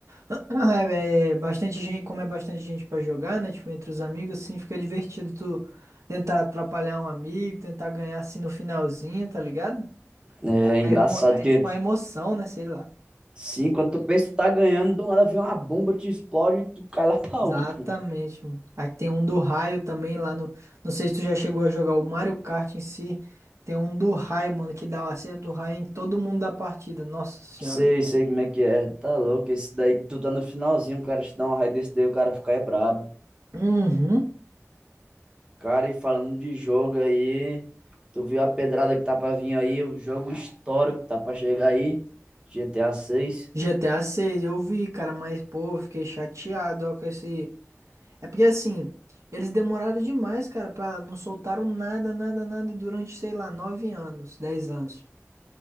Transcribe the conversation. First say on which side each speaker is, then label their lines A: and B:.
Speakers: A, on the right (about 70°); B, on the right (about 20°).
A: Ah, É é bastante gente, como é bastante gente pra jogar, né? Tipo, entre os amigos, assim, fica divertido tu tentar atrapalhar um amigo, tentar ganhar assim no finalzinho, tá ligado?
B: É
A: A- a
B: engraçado
A: emo- É
B: que,
A: tipo uma emoção, né? Sei lá.
B: sim, quando tu pensa que tá ganhando, do nada vem uma bomba, te explode e tu cai lá pra
A: Exatamente.
B: último.
A: mano. Aí tem um do raio também lá no. Não sei se tu já chegou a jogar o Mario Kart em si. Tem um do raio, mano, que dá o acerto do raio em todo mundo da partida. Nossa senhora.
B: Sei, sei como é que é, tá louco, esse daí que tu tá no finalzinho, o cara te dá um raio desse daí, o cara fica é brabo.
A: Uhum.
B: Cara, e falando de jogo aí, tu viu a pedrada que tá pra vir aí, o jogo histórico que tá pra chegar aí, GTA VI.
A: GTA 6, eu vi, cara, mas, pô, eu fiquei chateado, ó, com esse. É porque assim, eles demoraram demais, cara, pra não soltaram nada, nada, nada durante, sei lá, nove anos, dez anos.